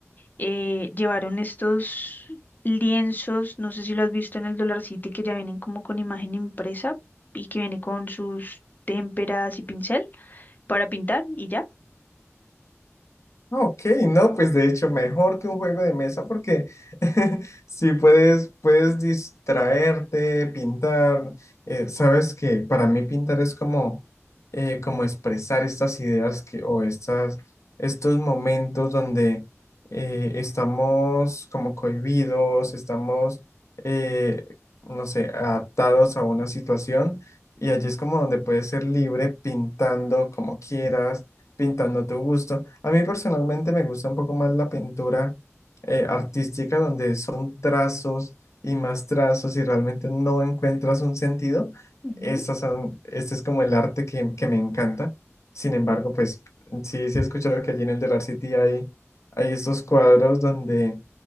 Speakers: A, on the left; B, on the left.
A: eh, llevaron estos lienzos, no sé si lo has visto en el Dollar City, que ya vienen como con imagen impresa y que viene con sus témperas y pincel para pintar y ya.
B: Ok, no, pues de hecho mejor que un juego de mesa porque <laughs> si puedes, puedes distraerte, pintar, eh, sabes que para mí pintar es como, eh, como expresar estas ideas que, o estas, estos momentos donde eh, estamos como cohibidos, estamos, eh, no sé, adaptados a una situación y allí es como donde puedes ser libre pintando como quieras pintando a tu gusto. A mí personalmente me gusta un poco más la pintura eh, artística, donde son trazos y más trazos y realmente no encuentras un sentido.
A: Ujú,
B: Estas son, este es como el arte que, que me encanta. Sin embargo, pues sí, sí he escuchado que allí en el Delar City hay, hay estos cuadros donde